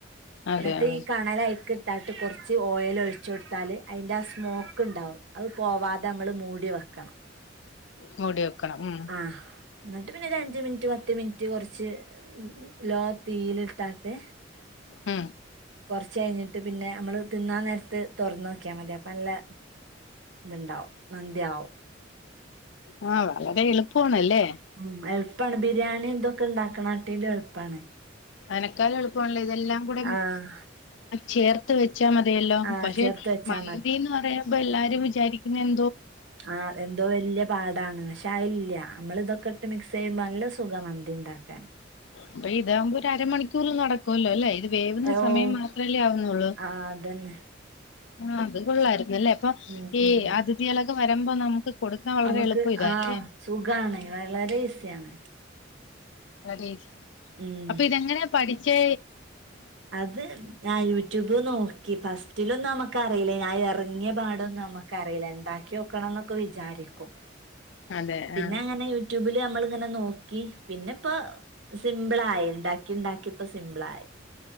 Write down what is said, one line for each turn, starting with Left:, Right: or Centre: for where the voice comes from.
Left: അതെ
Right: എന്നിട്ട്
Left: ആഹ്
Right: ഈ കണലയിക്ക താട്ട് കുറ ച്ച് ഓയിൽ ഒഴിച്ചെടുത്താല് അതിന്റെ ആ സ്മോക്ക് ഉണ്ടാവും അത് പോവാതെ നമ്മള് മൂടി വെക്കണം
Left: മുടിയക്ക ക്കണം ഉം
Right: ആഹ് എന്നിട്ട് പിന്നെ ഒരു അഞ്ച് മിനിറ്റ് പത്ത് മിനിറ്റ് കുറ്റി കുറച്ച് ലോ തീയിലിട്ടാട്ടെ
Left: ഹം
Right: കുറച്ച കഴിഞ്ഞിട്ട് പിന്നെ നമ്മള് തിന്നാൻ നേരത്ത് തുറന്ന് നോക്കിയാ മതി അപ്പ നല്ല ഇതുണ്ടാവും നന്ന്ദയാവും
Left: ആഹ വളരെ എളുപ്പണല്ലേ
Right: ഉ എ ഉപ്പാണ് ബിരിയാണി എന്തൊക്കെ ഉണ്ടാക്കണട്ടീ എളുപ്പമാണ്
Left: അനക്കാലം എളുപ്പണല്ലോ ഇതെല്ലാം കൂടെതൊ
Right: ആഹ്
Left: ചേർ <unintelligible> പച്ചാൽ മതിയല്ലോ
Right: ആഹ്
Left: പക്ഷെ
Right: ചേർത്ത് വെച്ചാ
Left: മന്തിന്ന് പറയാ ഇപ്പ എല്ലാരും വിചാരിക്കുന്ന എ
Right: ആഹ എന്തോ വലിയ പാടാണ് ല്ലല്ലാ നമ്മള് ഇതൊക്കെ ഇട്ട് മിക്സ് ചെയ്യുമ്പോ നല്ല സുഖാ മന്തി ഇണ്ടാക്കാൻ
Left: അപ്പൊ ഇതകുമ്പോ ഒരു അരമണിക്കൂറ് നടക്കുമല്ലോ അല്ലേ ഇത് വേവുന്ന
Right: ഓഹ്
Left: സമയം മാത്രല്ലേ ആവുന്നുള്ളൂ
Right: ആഹ് അതന്നെ
Left: ആ അത് കൊള്ളായിരിക്കും അല്ലേ അപ്പൊ
Right: ഉം
Left: ഈ
Right: ഉം
Left: അതിഥികള് ക്ക് വരുമ്പോ നമുക്ക് കൊടുക്കാൻ വളരെ
Right: നമുക്ക്
Left: എളുപ്പം ഇതാല്ലേ
Right: ആ സുഖാണ് വളരെ ഈസിയാണ്
Left: അതേ
Right: ഉം
Left: അപ്പൊ ഇതെങ്ങനെയാ പഠിക് ചേ
Right: അത് ഞാൻ യൂട്യൂബ് നോക്ക് ക്കി ഫസ്റ്റിലൊന്നും നമക്ക് അറീലേ ആ ഇറങ്ങ്യയ പാടൊന്നും നമ്മുക്കറീല ഇണ്ടാക്യോക്കണന്നൊക്കെ വിചാരിക്കും
Left: അതെ
Right: പിന്നെ
Left: ആ
Right: അങ്ങനെ യൂട്യൂബില് നമ്മള്ങ്ങനെ നോക്കി പിന്നെ ഇപ്പം സിംമ്പിളായി ഉണ്ടാക്കി ഉണ്ടാക്കി ഇപ്പ സിമ്പിളായി